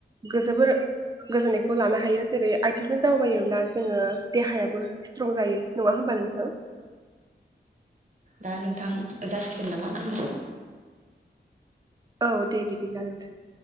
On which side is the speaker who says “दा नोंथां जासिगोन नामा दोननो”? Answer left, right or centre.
Right